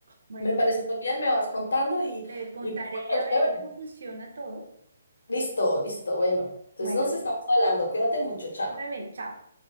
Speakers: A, on the right (about 70°); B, on the left (about 75°).
A: Bueno,
B: Me parece muy bien, me vas contando y,
A: te contaré
B: y bueno,
A: a ver
B: chévere.
A: cómo funciona todo.
B: Listo, listo, bueno. Entonces
A: Bueno,
B: nos estamos hablando. Cuídate mucho, chao.
A: tú también, chao.